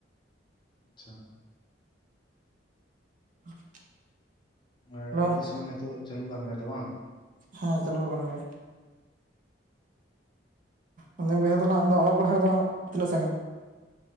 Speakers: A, on the left; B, on the right.
A: ᱟᱪᱷᱟ
B: <inaudible>
A: ᱚ
B: ᱦᱮᱞᱳ
A: ᱮᱰᱢᱤᱥᱚᱱ ᱱᱤᱛᱚᱜ ᱪᱟᱹᱞᱩ ᱠᱟᱱ ᱜᱮᱭᱟ ᱛᱚ ᱵᱟᱝ
B: ᱦᱮᱸ ᱪᱟᱹᱞᱩ ᱟᱠᱟᱱ ᱜᱮᱭᱟ ᱟᱫᱚ ᱵᱚᱭᱦᱟᱣ ᱛᱚ ᱟᱢᱫᱚ ᱚᱞᱚᱜ ᱯᱟᱲᱦᱟᱜ ᱫᱚ ᱛᱤᱱᱟᱹᱜ ᱥᱟᱺᱜᱤᱧ